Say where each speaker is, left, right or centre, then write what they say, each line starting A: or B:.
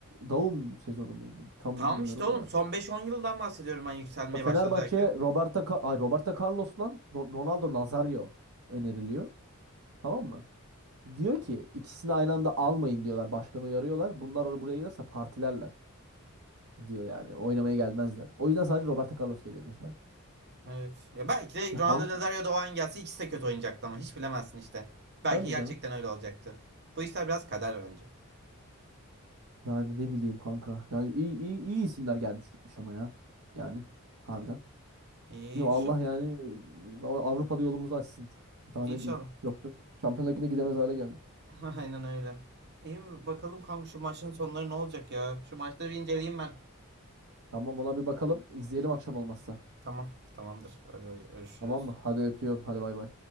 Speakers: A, on the right; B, on the right.
A: Daum sezonu muydu?
B: <laughs>
A: Tam
B: tamam
A: bilmiyorum
B: işte oğlum
A: da.
B: son beş on yıldan bahsediyorum ben yükselmeye
A: Bak,
B: başladı
A: Fenerbahçe'ye
B: derken.
A: Roberto, Car- ay, Roberto Carlos lan Ro- Ronaldo Nazario öneriliyor. Tamam mı? Diyor ki ikisini aynı anda almayın diyorlar. Başkanı uyarıyorlar. Bunlar oraya buraya gelirse partilerler. diyor yani. Oynamaya gelmezler. O yüzden sadece Roberto Carlos geliyor mesela.
B: Evet. Ya belki de
A: Ya
B: Ronaldo
A: kanka
B: Nazario da o an gelse ikisi de kötü oynayacaktı ama hiç bilemezsin işte. Belki
A: tabii
B: gerçekten
A: canım.
B: öyle olacaktı. Bu işler biraz kader bence.
A: Yani ne bileyim kanka. Yani iyi, iyi, iyi isimler gelmiş gitmiş ama ya. Yani harbiden.
B: İyi
A: Yo Allah
B: şu
A: yani vallahi Avrupa'da yolumuzu açsın. Daha
B: inşallah.
A: ne diyeyim. Yoksa Şampiyonlar Ligi'ne gidemez hale geldik.
B: <laughs> Aynen öyle. İyi bakalım kanka şu maçın sonları ne olacak ya. Şu maçları bir inceleyeyim ben.
A: Tamam ona bir bakalım. İzleyelim akşam olmazsa.
B: Tamam tamamdır. Hadi görüşürüz.
A: Tamam mı? Hadi öpüyorum. Hadi bay bay.